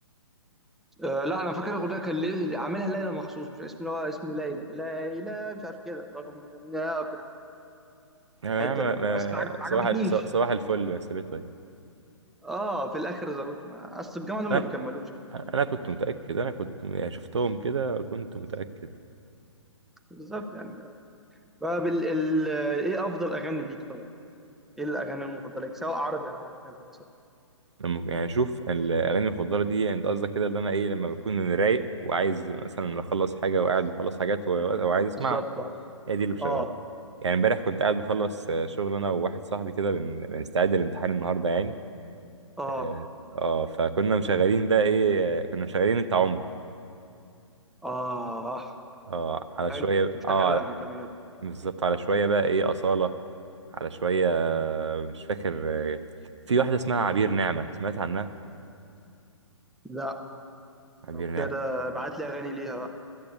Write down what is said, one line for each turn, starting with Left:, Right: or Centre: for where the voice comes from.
Centre: آه، لا أنا فاكر الأغنية كان ليه عاملها ليلى مخصوص مش اسم اللي هو اسم ليلى ليلى مش عارف كده رغم بيغنيها
Right: يعني
Centre: بالحتة
Right: أنا ما-
Centre: دي بس
Right: ما-
Centre: ما عجب- ما
Right: صباح
Centre: عجبتنيش
Right: ال- ص- صباح الفل يا سبيتو يعني.
Centre: اه في الاخر ظبط ما- اصل الجامعه دول
Right: انا
Centre: ما بيكملوش
Right: انا كنت متاكد انا كنت يعني شفتهم كده كنت متاكد
Centre: بالظبط يعني بقى بال... ال... ايه افضل اغاني ليك طيب ايه الاغاني المفضله ليك سواء عربي او اجنبي مثلا
Right: لما يعني شوف الاغاني المفضله دي يعني انت قصدك كده اللي انا ايه لما بكون رايق وعايز مثلا اخلص حاجه وقاعد بخلص حاجات و- وعايز اسمع
Centre: بالظبط اه
Right: هي دي اللي بشغلها
Centre: اه
Right: يعني امبارح كنت قاعد بخلص آه، شغل انا وواحد صاحبي كده بن- بنستعد للامتحان النهارده يعني
Centre: اه
Right: اه آه، فكنا مشغلين بقى ايه آه، كنا مشغلين انت عمري
Centre: آه.
Right: اه على
Centre: حلو
Right: شويه
Centre: كنت مشغلها
Right: اه على-
Centre: من كام يوم
Right: بالظبط على شويه بقى ايه اصاله على شوية مش فاكر في واحدة اسمها عبير نعمة سمعت عنها
Centre: لا لو
Right: عبير
Centre: كده
Right: نعمة
Centre: ابعت لي اغاني ليها بقى